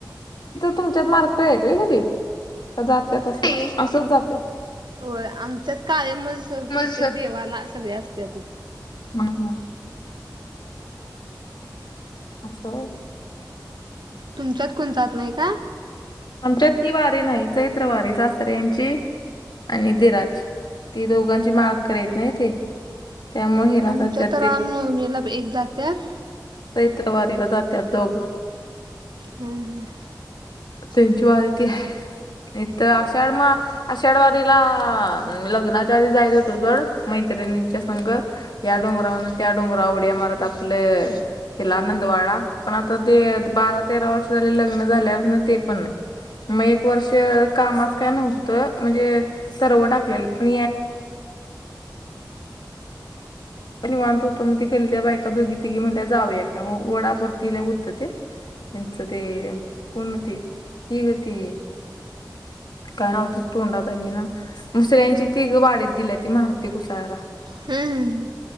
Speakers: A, on the left; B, on the right.
A: तुमच्यात मार्क येत क <unintelligible> जाते असं असंच जाते <unintelligible>
B: हो आमच्यात कायमच प्रत्येक
A: मग
B: देवाला सगळे असते.
A: ह, हा, अस व्हय.
B: तुमच्यात कोण जात नाही का?
A: आमच्यात ही वारी नाही चैत्र वारी सासरे यांची आणि दिराची ती दोघांची माळ कर येत नाही ते. त्यामुळे. हिला
B: आमच्या
A: जात्यात
B: तर राम नवमीला एक जात्यात
A: चैत्र वारीला जात्यात दोघ.
B: हम, ह,
A: त्यांची वारती आहे तर अशाड म <unintelligible> आषाढ वारीला, लग्नाच्या आधी जायच होेतो जड मैत्रिणींच्या संघ या डोंगरावरून त्या डोंगरावर उड्या मारत आपलं हिला आनंदवाड पण आता ते बारा तेरा वर्ष झाली लग्न झाले ना ते पण नाही. मग एक वर्ष कामात काय नव्हतं म्हणजे तरव टाकलेली पण पण निवांत होतो मग ती गलीतल्या बायका दोघी तिघी म्हटल्या जाऊया का वडापरती होतं ते. त्यांचं ते कोण होती ही गती काय दच ोंडा तरही ना <unintelligible> मुसऱ्यांची ति वारीत गेल्याती ती मारती कुसाळ्याला
B: हम्, हम,